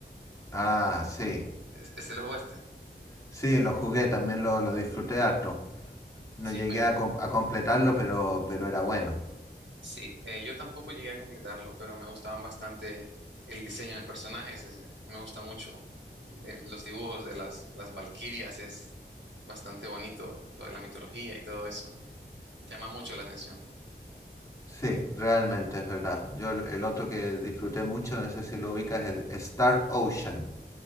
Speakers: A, on the left; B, on the right.
A: Ah, sí,
B: ¿Es- ¿Ese lo jugaste?
A: sí, lo jugué, también lo, lo disfruté harto. No
B: Sí,
A: llegué
B: me,
A: a, com a completarlo, pero, pero era bueno.
B: Sí, eh, yo tampoco llegué a completarlo, pero me gustaban bastante el diseño de personajes, es- me gusta mucho el- el- los dibujos de las, las valquirias, es bastante bonito lo de la mitología y todo eso, llama mucho la atención.
A: Sí, realmente es verdad. Yo el, el otro que disfruté mucho, no sé si lo ubicas, es Star Ocean.